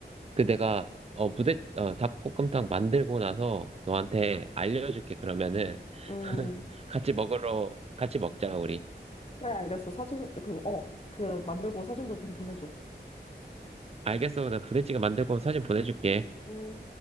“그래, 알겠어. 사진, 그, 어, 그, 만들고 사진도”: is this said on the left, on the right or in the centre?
Left